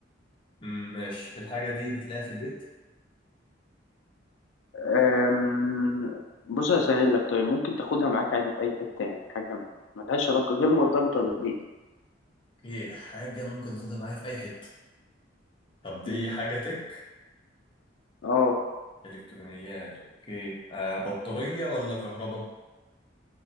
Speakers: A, on the left (about 30°); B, on the left (about 80°).
A: مم، ماشي الحاجه دي بتلاقيها في البيت
B: أم، بص هسهل لك طيب ممكن تاخدها معاك عادي في أي حتة يعني حاجة ملهاش علاقة غير مرتبطة بالبيت يعني
A: ايه حاجه ممكن اخدها معايا في اي حته طب دي
B: مم.
A: حاجه تك
B: اه
A: إلكترونيات أوكي آه بطارية ولا كهرباء؟